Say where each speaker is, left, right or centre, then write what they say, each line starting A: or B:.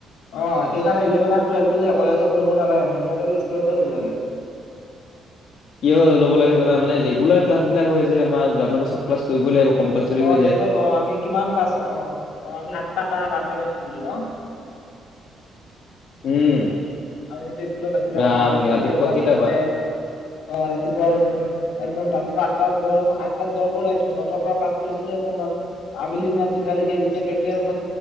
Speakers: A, on the left; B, on the left.
A: অ', সেইকাৰণে ইলেভেন আৰু টুৱেলভটো যে কলেজত ল'ব নালাগ মোৰ মতেটো স্কুলতে ল'ব লাগে।
B: কিয় ল'ব লাগে জানা মানে ৰেগুলাৰ ক্লাচ বিলাক হয় যে আমাৰ আমাৰ সব ক্লাছ কৰিবই লাগিব কম্পালচৰি
A: অ
B: হৈ যায়।
A: স্কুলত অ আমি কিমান পাছ, অ, অ, <unintelligible>
B: উম,
A: আমি যেতিয়া স্কুলত আছিলো
B: ৰাম
A: অ, আৰু প্ৰেক্টিকেল
B: ৰাতিপুৱা
A: ক্লাছ
B: কেইটা
A: হৈছিলে।
B: পা
A: অ', <unintelligible> একদম ৰাতিপুৱা আঠ তাত গৰভ আঠ তাত গৰম ওলাইছিলো ন'টাৰ পৰা কাজ কৰিছিলো একদমত। আবেলি ধৰা তিনটা লৈকে যেতিয়া <unintelligible> তেতিয়া